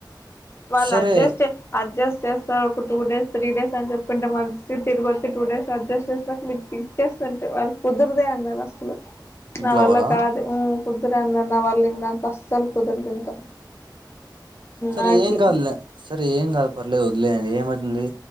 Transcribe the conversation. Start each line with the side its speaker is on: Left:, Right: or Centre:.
Left: వాళ్లు
Right: సరే
Left: అడ్జస్ట్. అడ్జస్ట్ చేస్తారు, ఒక టూ డేస్, త్రీ డేస్ అని జెప్తుంటే, మంచిగా తిరిగొచ్చి టూ డేస్‌ల అడ్జస్ట్ చేస్తక్, మేకి ఇచ్చేస్తుంటే, వాళ్లు కుదరదే అన్నారు అసలు.
Right: ఇంట్లో
Left: నా వల్ల
Right: వాళ్ళ
Left: కాదు ఉూ? ఒద్దురా అన్నారు మా వాళ్లు. ఇంకా నాకు అసలు కుదరదు ఇంకా.
Right: సరే
Left: నాకి
Right: ఏం కాదులే. సరే ఏం కాదు, పర్లేదు వదిలేయండి. ఏమైతుంది